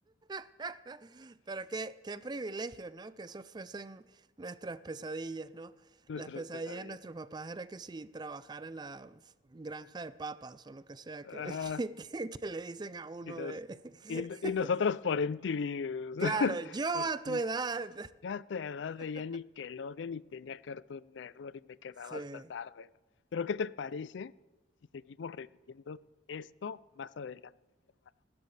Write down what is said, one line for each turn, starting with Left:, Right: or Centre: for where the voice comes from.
Right: <laughs> Pero qué, qué privilegio, ¿no? Que eso fuesen nuestras pesadillas, ¿no?
Left: Nuestras
Right: Las pesadillas
Left: pesadillas.
Right: de nuestros papás era que si trabajara en la f- granja de papas o lo que sea
Left: Ah,
Right: que, <laughs> que, que- que le dicen a uno
Left: Y, nos,
Right: de...
Left: y,
Right: <laughs>
Left: y nosotros por MTV, o sea, <laughs>
Right: Claro, yo a
Left: por
Right: tu
Left: mi-
Right: edad.
Left: yo a tu edad veía
Right: <laughs>
Left: Nickelodeon y tenía Cartoon Network y me quedaba
Right: Sí.
Left: hasta tarde, ¿no? Pero ¿qué te parece si seguimos reviviendo esto más adelante, mi hermano?